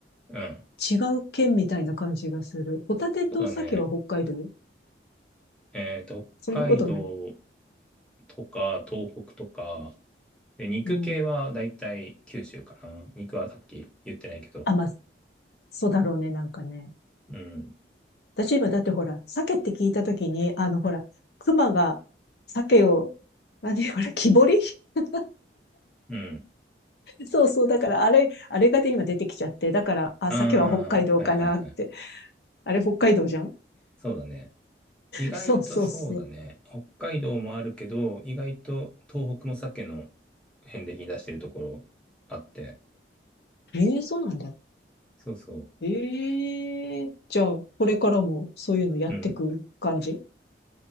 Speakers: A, in the centre; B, on the left.
A: うん。
B: 違う県みたいな感じがする。ホタテと鮭は北海道
A: そうだね。えっと、
B: そんなことない。
A: 北海道とか、東北とか、で、肉系はだいたい九州かな。
B: うん。
A: 肉はさっき言ってないけど。
B: あ、まあ、そうだろうね、なんかね。
A: うん。
B: 私今だってほら、鮭って聞いたときに、あのほら、熊が鮭を、何ほら、木彫り <laughs>
A: うん。
B: そうそう。だから、あれ、あれがで今出てきちゃって。だから、あ、
A: ああ、
B: 鮭は北海道かなって。
A: はいはいはい。
B: あれ、北海道じゃん
A: そうだね。意外とそうだね。
B: そうそうそう。
A: 北海道もあるけど、意外と東北も鮭の返礼品出してるところあって。
B: ええそうなんだ。
A: そうそ
B: ええじゃあ、これからもそういうのやってく感じ
A: う。うん。